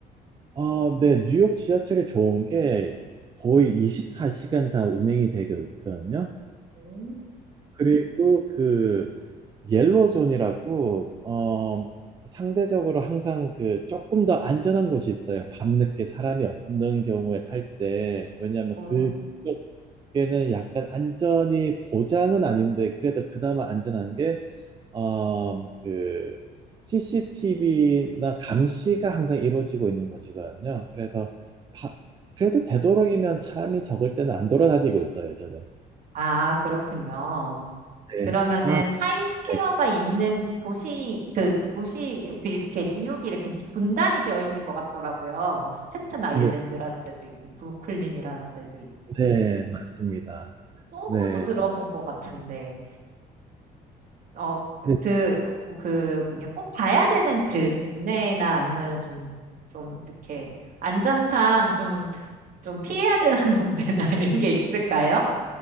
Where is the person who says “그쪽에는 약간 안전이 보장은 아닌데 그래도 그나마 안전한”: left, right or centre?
Right